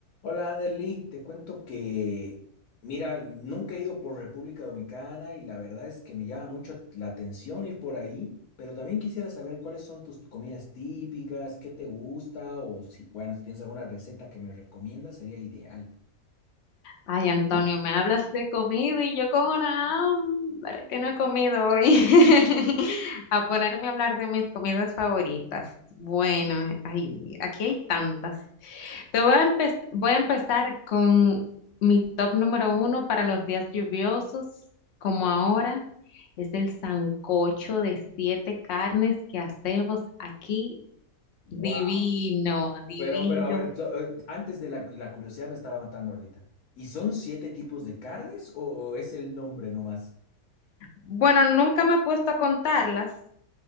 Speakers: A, on the left; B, on the left.
A: Hola, Anderly, te cuento que, mira, nunca he ido por República Dominicana y la verdad es que me llama mucho la atención ir por ahí, pero también quisiera saber cuáles son tus comidas típicas, qué te gusta o si, bueno, si tienes alguna receta que me recomiendas, sería ideal.
B: Ay, Antonio, me hablas de comida y yo con una hambre que no he comido hoy. <laughs> A ponerme a hablar de mis comidas favoritas. Bueno, ay, aquí hay tantas. Te voy a empe- voy a empezar con mi top número uno para los días lluviosos, como ahora. Es el sancocho de siete carnes que hacemos aquí.
A: Wow.
B: Divino, divino.
A: Pero, pero, a ver, so- eh, antes de la, la curiosidad me estaba matando ahorita. ¿Y son siete tipos de carnes o, o es el nombre nomás?
B: Bueno, nunca me he puesto a contarlas